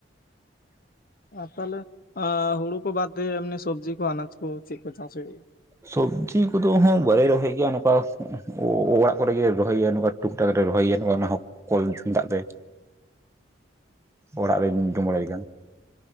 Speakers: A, on the left; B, on the right.
A: ᱟᱨ ᱛᱟᱦᱚᱞᱮ ᱦᱟ ᱦᱩᱲᱩ ᱠᱚ ᱵᱟᱫᱮ ᱮᱢᱱᱤ ᱥᱚᱵᱽᱡᱤ ᱠᱚ ᱟᱱᱟᱡ ᱠᱚ ᱪᱮᱫ ᱠᱚ ᱪᱟᱥ ᱦᱩᱭᱩᱜᱼᱟ᱾
B: ᱥᱚᱵᱡᱤ ᱠᱚ ᱫᱚ ᱦᱚᱸ ᱵᱟᱞᱮ ᱨᱚᱦᱚᱭ ᱜᱮᱭᱟ ᱱᱚᱝᱠᱟ ᱚᱲᱟᱜ ᱠᱚ ᱨᱮ ᱜᱮ ᱨᱚᱦᱚᱭ ᱜᱮᱭᱟ ᱱᱚᱝᱠᱟ᱾ ᱴᱩᱠᱴᱟᱠ ᱨᱮ ᱨᱚᱦᱚᱭ ᱜᱮᱭᱟ ᱚᱱᱟ ᱦᱚᱸ ᱠᱚᱞ ᱫᱟᱜ ᱛᱮ᱾ ᱚᱲᱟᱜ ᱨᱮᱧ ᱡᱚᱢ ᱵᱟᱲᱟᱭ ᱜᱮᱭᱟ᱾